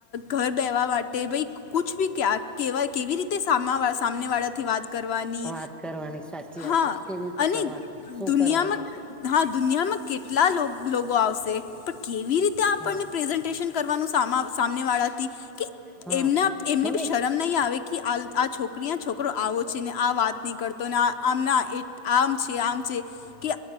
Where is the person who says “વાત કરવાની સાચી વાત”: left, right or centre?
Centre